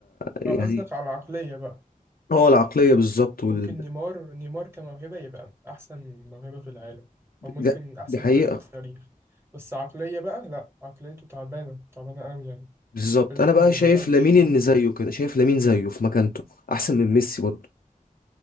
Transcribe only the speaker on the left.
يعني
هو العقليه بالظبط وال...
ده-
دي حقيقه
بالظبط
انا
بقى شايف
لامين
ان زيه كده شايف لامين زيه في مكانته احسن من ميسي برضه